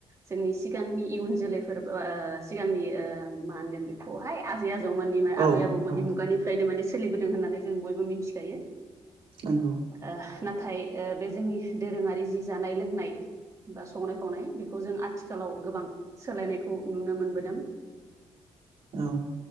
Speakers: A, on the right (about 30°); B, on the right (about 70°).
A: जोंनि सिगांनि इयुन जोलैफोरबो ओ सिगांनि ओ मा होनगोन बे खौहाय आजै आजौमोननि
B: औ
A: आबै आबौमोननि
B: औ
A: मुगानिफ्रायनो माने सोलिबोदों होननानै जों बयबो मिथिखायो
B: नांगौ
A: ओ नाथाय बे जोंनि दोरोङारि जि जानाय लोंनाय बा संनाय खावनाय बेखौ जों आथिखालाव गोबां सोलायनायखौ नुनो मोनबोदों लांदां
B: औ